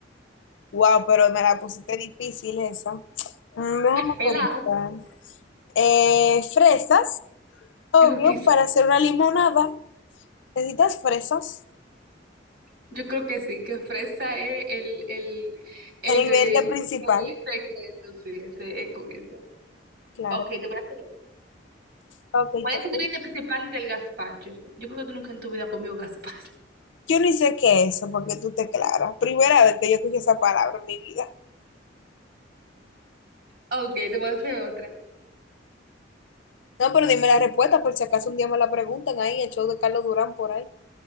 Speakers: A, on the left; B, on the right.
A: Wow, pero me la pusiste difícil esa. Mm, Déjame
B: El
A: pensar.
B: ajo.
A: Eh, fresas, obvio,
B: Creo que sí.
A: para hacer una limonada. Necesitas fresas,
B: Yo creo que sí, que fresa es el, el, el
A: el
B: ingrediente
A: ingrediente principal,
B: secreto, sí, ese es con esa.
A: claro.
B: Ok, te voy a pedir.
A: Ok,
B: ¿Cuál
A: te-
B: es el ingrediente principal del gazpacho? Yo creo que tú nunca en tu vida has comido gazpacho. <laughs>
A: yo ni sé qué es eso, porque tú te claras. Primera vez que yo escuché esa palabra en mi vida.
B: Ok, te voy a hacer otra.
A: No, pero dime la respuesta, por si acaso un día me la preguntan ahí, el show de Carlos Durán por ahí.